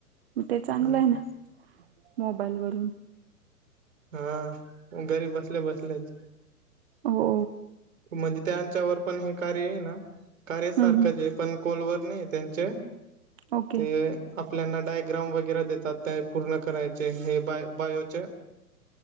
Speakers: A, on the right; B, on the right.
A: म ते चांगलं
B: हा
A: आहे ना, मोबाईल वरून
B: हा, घरी बसल्या बसल्याच
A: हो
B: म्हणजे त्यांच्यावर पण हे कार्य आहे. ना कार्यसारखंच
A: हं, हं.
B: आहे पण, कोलवर नाही त्यांचे
A: ओके,
B: ते, आपल्याना डायग्राम वगैरे देतात. त्या पूर्ण करायचे हे बाय बायोचे